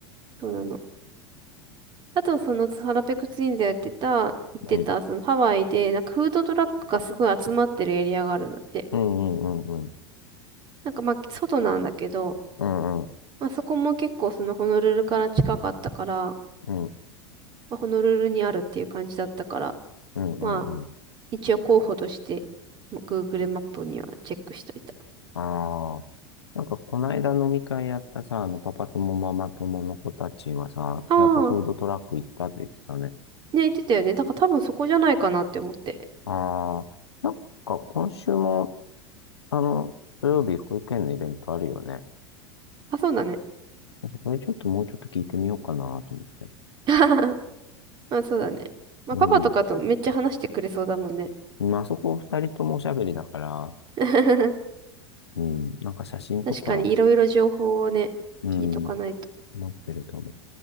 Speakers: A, on the right; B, on the left.
A: そうなの。あと、その、ハラペクツインでやってた、言ってた、
B: うん。
A: そのハワイで、なんかフードトラックがすごい集まってるエリアがあるんだって。
B: うんうんうんうん。
A: なんかまあ、外なんだけど、
B: うんうん。
A: まあそこも結構そのホノルルから近かったから、
B: うん
A: まあ、ホノルルにあるっていう感じだったから、
B: うんうんうん。
A: まあ、一応候補として、まあ Google マップにはチェックしといた。
B: ああ。なんか、この間飲み会やったさ、あの、パパ友ママ友の子たちはさ、
A: ああ、
B: やっぱフードトラック行ったって言ってたね。
A: いね、言ってたよね。だから多分そこじゃないかなって思って。
B: ああ。なんか、今週も、あの、土曜日保育園のイベントあるよね。
A: あ、そうだね。
B: そこでちょっともうちょっと聞いてみようかなと思って。
A: <laughs> まあ、そうだね。まあ、
B: うん。
A: パパとかとめっちゃ話してくれそうだもんね。
B: まあ、そこ二人ともおしゃべりだから、
A: <laughs>
B: うん。なんか写真とか、
A: 確かにいろいろ情報をね、
B: うん、
A: 聞いとかないと。
B: 持ってると思